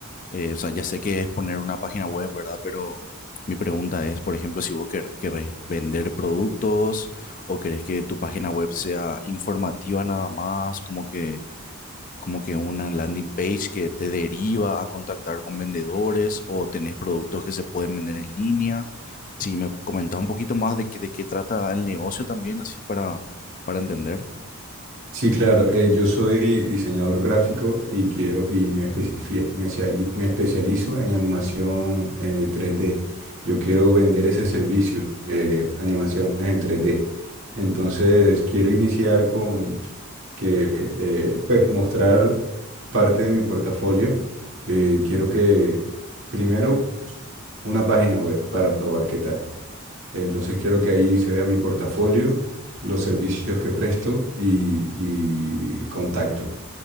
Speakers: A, on the left; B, on the right.
A: Eh, o sea, ya sé que es poner una página web, ¿verdad? Pero mi pregunta es, por ejemplo, si vos quer- querés vender productos o querés que tu página web sea informativa nada más, como que como que una landing page que te deriva a contactar con vendedores o tenés productos que se pueden vender en línea. Si me comentás un poquito más de qué, de qué trata el negocio también, así para, para entender.
B: Sí, claro. eh, yo soy diseñador gráfico y quiero y me, especifi- me, ciali- me especializo en animación eh, 3D. Yo quiero vender ese servicio, eh, animaciones en tres d Entonces, quiero iniciar con que, eh, pues, mostrar parte de mi portafolio. Eh, quiero que primero una página web para probar qué tal. Entonces quiero que ahí se vea mi portafolio, los servicios que presto y, y contacto.